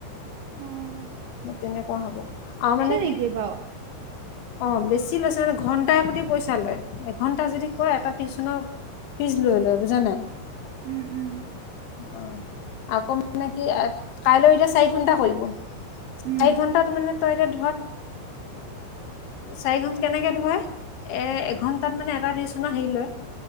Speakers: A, on the right; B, on the left.
A: উম
B: তেনেকুৱা হ'ব আৰু মানে
A: নেকি বাৰু
B: অ বেছি লৈছে মানে ঘন্টাই প্ৰতি পইচা লয় এঘন্টা যদি কৰে এটা টিউচন ফিজ লৈ লয় বুজা নাই
A: উম উম
B: অ আকৌ মানে কি কাইলৈ এতিয়া চাৰি ঘন্টা কৰিব
A: উম
B: চাৰি ঘণ্টা ত মানে ধৰ এক চাৰি ঘন্টাত কেনেকে ধৰে এ এঘন্টাত মানে এটা দিছোঁ ন হেৰি লৈ